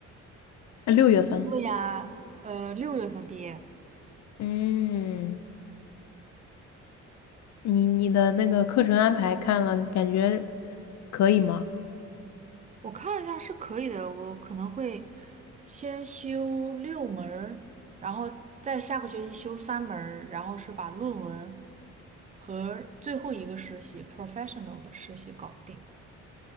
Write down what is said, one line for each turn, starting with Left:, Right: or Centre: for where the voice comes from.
Left: 啊，六月份。
Right: 对呀，呃，六月份毕业，
Left: 嗯，你你的那个课程安排看了，感觉可以吗？
Right: 我看了一下是可以的，我可能会先修六门儿然后再下个学期修三门儿然后是把论文和最后一个实习 professional 的实习搞定。